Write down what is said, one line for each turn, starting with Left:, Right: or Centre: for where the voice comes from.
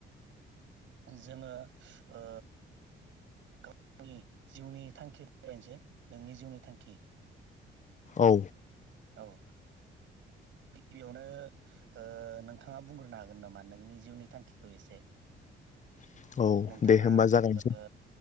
Right: जोङो ओ गावनि जिउनि थांखि <unintelligible> नोंनि जिउनि थांखि
Left: औ
Right: औ ओ गिबियावनो ओ नोंथाङा बुंग्रोनो हागोन नामा नोंनि जिउनि थांखिखौ एसे
Left: <inaudible> औ
Right: नोंथाङा
Left: दे होमबा जागायनोसै
Right: ओ